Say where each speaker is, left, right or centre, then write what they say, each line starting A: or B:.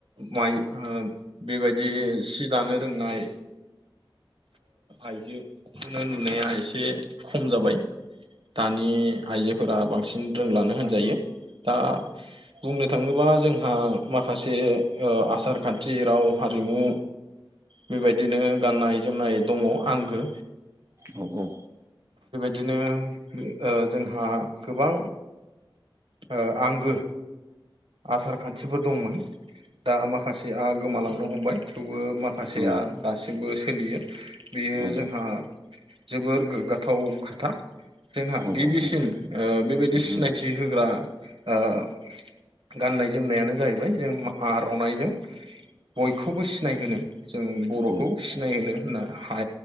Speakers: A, on the right (about 70°); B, on the right (about 30°).
A: माइ बेबायदि सि दानो रोंनाय आइजोखौनो नुनाया एसे खम जाबाय दानि आइजोफोरा बांसिन रोंलानो होनजायो दा बुंनो बुंनो थाङोबा जोंहा माखासे आसार खान्थि राव हारिमु बेबायदिनो गाननाय जोमनाय दङ आंगो
B: औ औ
A: बिदिनो ओ आंहा गोबां ओ आंगो आसार खान्थिफोर दंमोन दा माखासेया गोमालांनो हमबाय थेवबो माखासेया
B: औ
A: दासिमबो सोलियो बेयो
B: औ
A: जोंहा
B: औ
A: जोबोर गोग्गाथाव खोथा जोंहा
B: औ
A: गिबिसिन
B: औ
A: ओ बेबायदि
B: नंगौ
A: सिनायथि होग्रा ओ गाननाय जोमनायानो जाहैबाय जों आरनाइजों बयखौबो सिनायहोनो जों बर'खौ
B: औ
A: सिनायहोनो होनना हा